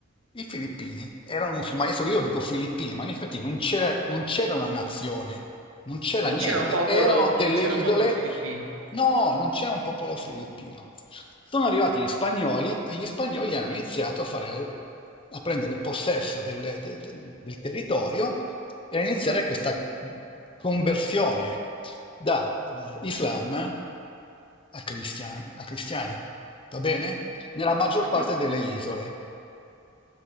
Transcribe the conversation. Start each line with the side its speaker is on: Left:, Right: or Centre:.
Left: I filippini erano musulmani. Adesso io dico filippini, ma in effetti non c'era non c'era una nazione, non c'era
Right: non
Left: niente.
Right: c'era un popolo,
Left: Erano delle
Right: non c'era
Left: isole.
Right: un popolo filippino.
Left: No, non c'era un popolo filippino. Sono arrivati gli spagnoli e gli spagnoli hanno iniziato a fare, a prendere possesso del, de- de- del territorio e a iniziare questa conversione da eh, Islam a cristiani, a cristiani. Va bene? nella maggior
Right: Ah,
Left: parte delle isole.